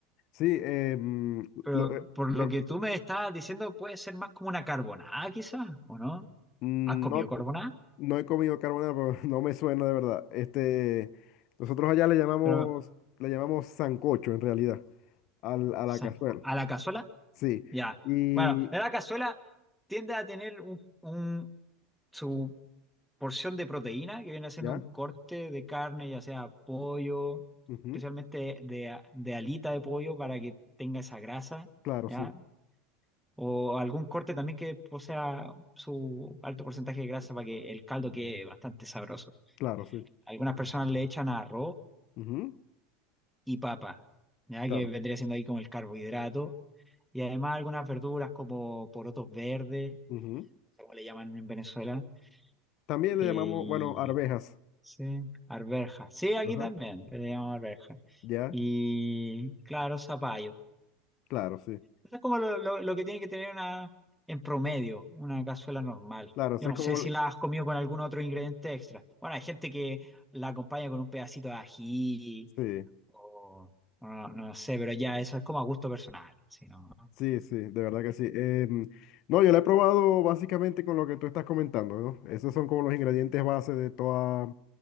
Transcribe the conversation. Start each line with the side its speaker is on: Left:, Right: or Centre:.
Left: Sí, eh, mm,
Centre: Pero
Left: lo- eh,
Centre: por lo
Left: eh,
Centre: que tú me estás diciendo, puede ser más como una carbonada, quizás, ¿o no?
Left: mm,
Centre: ¿Has comido
Left: no,
Centre: carbonada?
Left: no he comido carbonara, pero <laughs> no me suena de verdad. Este, nosotros allá le llamamos,
Centre: Pero, o
Left: le llamamos sancocho en realidad, al, a
Centre: sea,
Left: la cazuela.
Centre: ¿a la cazuela?
Left: Sí,
Centre: Ya.
Left: y
Centre: Bueno, la cazuela tiende a tener un, un- su porción de proteína, que viene siendo
Left: ya,
Centre: un corte de carne, ya sea pollo,
Left: ujú,
Centre: especialmente de, de alita de pollo, para que tenga esa grasa,
Left: Claro,
Centre: ¿ya?
Left: sí,
Centre: O algún corte también que posea su alto porcentaje de grasa para que el caldo quede bastante sabroso.
Left: claro, sí,
Centre: Algunas personas le echan arroz
Left: ujú,
Centre: y papa, ya
Left: Claro,
Centre: que vendría siendo ahí como el carbohidrato. Y además algunas verduras como porotos verdes,
Left: ujú.
Centre: no sé cómo le llaman en Venezuela.
Left: También
Centre: eh,
Left: le llamamos,
Centre: y-
Left: bueno, arvejas,
Centre: sí, arveja. Sí, aquí
Left: ajá,
Centre: también le llaman arveja.
Left: ya,
Centre: Y claro, zapallo.
Left: claro, sí,
Centre: Eso es como lo, lo- lo que tiene que tener una, en promedio una cazuela normal.
Left: claro, eso
Centre: Yo no
Left: es como,
Centre: sé si
Left: el-
Centre: la has comido con algún otro ingrediente extra. Bueno, hay gente que la acompaña con un pedacito de ají
Left: sí,
Centre: O, o no, no sé, pero ya eso es como a gusto personal. Si no,
Left: sí, sí, de verdad que sí. Em, no, yo la he probado básicamente con lo que tú estás comentando, ¿no? Esos son como los ingredientes base de toda.